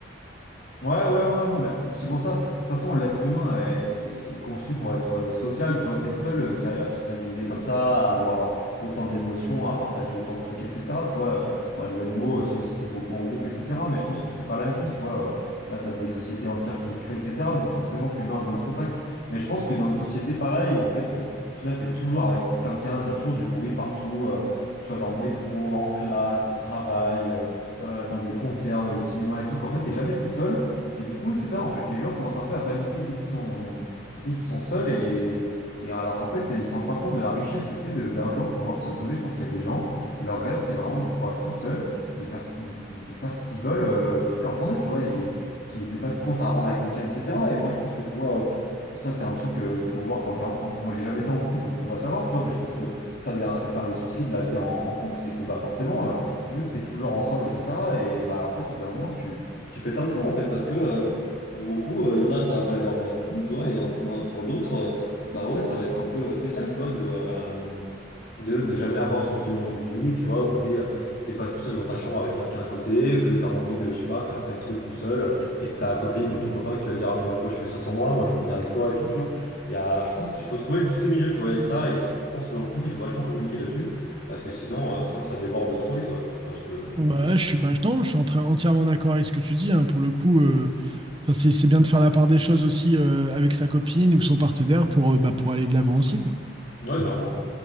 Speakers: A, on the left; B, on the right.
A: Ouais, ouais, ouais, non, mais c'est pour ça. De toute façon, l'être humain est, est conçu pour être euh, social, tu vois, c'est le seul euh, qui arrive à sociabiliser comme ça, à avoir autant d'émotions, à partager autant de trucs, etc. Tu vois, euh, bon, les animaux, euh, ceux aussi sont beaucoup en groupe, etc. Mais je pense que c'est pas la même chose, tu vois. euh, Là, t'as des sociétés entières qui se créent, etc. Donc forcément que l'humain a besoin de contact. Mais je pense que dans notre société, pareil, où en fait, euh, au final, t'es toujours avec quelqu'un, t'as toujours du bruit partout, euh, tu vois, dans le métro, en classe, au travail. euh, euh, dans des concerts, au cinéma et tout, qu'en fait, t'es jamais tout seul. Et du coup, c'est ça, en fait, les gens commencent un peu à paniquer dès qu'ils sont, dès qu'ils sont seuls et, et alors qu'en fait, ils se rendent pas compte de la richesse que c'est de- d'un jour pouvoir se poser. Je pense qu'il y a des gens, leur rêve, c'est vraiment de pouvoir être tout seul, de faire, ce- de, f- de faire ce qu'ils veulent euh, toute leur journée, tu vois, et qu'ils aient pas de compte à rendre à quelqu'un, etc. Et moi, je pense que, tu vois, euh, ça, c'est un truc euh, qu'il faut voir quand t'es en couple. Moi, j'ai jamais été en couple, donc je peux pas savoir, tu vois, mais je pense que ça, des- ça c'est un des soucis de la vie en, en couple, c'est que, bah, forcément, euh, vu que t'es toujours ensemble, etc., et bah, en fait, au bout d'un moment, tu tu pètes un plomb en fait parce que euh, pour beaucoup euh, il y en a ça va pas les déranger du tout tu vois et il y en a- pour d'autres euh, bah ouais ça va être un peu euh, spécial tu vois de euh, de ne jamais avoir son petit moment de libre tu vois où t'es euh, t'es pas tout seul dans ta chambre avec quelqu'un à côté que t'as envie de je sais pas faire tel truc tout seul et ta copine ou ton copain qui va te dire ah, mais pourquoi tu fais ça sans moi moi je veux venir avec toi et tout tu vois il y a je pense qu'il faut trouver le juste milieu tu vois et ça et je pense que dans le couple il faut vachement communiquer là-dessus parce que sinon euh, sinon ça déborde trop vite ouais je pense que
B: Bah, je suis, bah, je- non, je suis en entièrement d'accord avec ce que tu dis. hein. Pour le coup, euh, enfin, c'est c'est bien de faire la part des choses aussi euh, avec sa copine ou son partenaire pour, euh, bah, pour aller de l'avant aussi, quoi.
A: ouais clairement